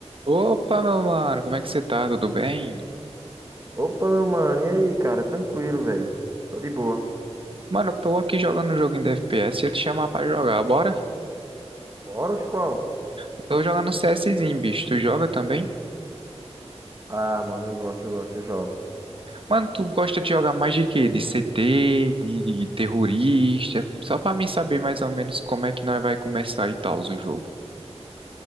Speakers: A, on the right (about 50°); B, on the right (about 30°).
A: Opa, meu mano, como é que você tá? Tudo bem?
B: Opa, meu mano, e aí, cara? Tranquilo, velho. Tô de boa.
A: Mano, eu tô aqui jogando um joguinho de FPS e ia te chamar pra jogar, bora?
B: Bora, os qual?
A: Eu tô jogando CSzinho, bicho. Tu joga também?
B: Ah, mano, eu gosto, eu gosto, eu jogo.
A: Mano, tu gosta de jogar mais de quê? De CT, de terrorista? Só pra mim saber mais ou menos como é que nós vai começar e tal o jogo.